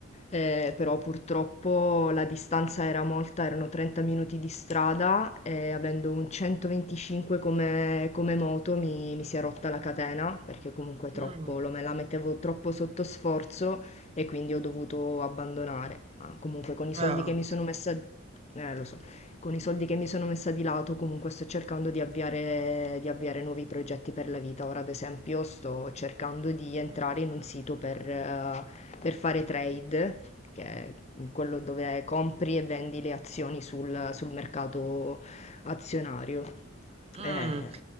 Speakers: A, on the left; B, on the right.
A: eh, però purtroppo la distanza era molta, erano 30 minuti di strada e avendo un 125 come, come moto mi, mi si è rotta la catena perché comunque troppo,
B: mm.
A: lo, me la mettevo troppo sotto sforzo e quindi ho dovuto abbandonare. Ma comunque con i soldi
B: Oh.
A: che mi sono messa, eh, lo so, con i soldi che mi sono messa di lato comunque sto cercando di avviare, di avviare nuovi progetti per la vita. Ora ad esempio sto cercando di entrare in un sito per... eh, per fare trade, che è quello dove compri e vendi le azioni sul, sul mercato azionario.
B: Mm.
A: Eh,